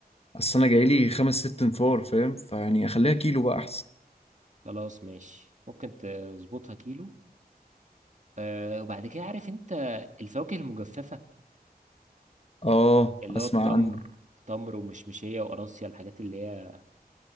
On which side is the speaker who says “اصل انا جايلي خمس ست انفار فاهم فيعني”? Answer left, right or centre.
Left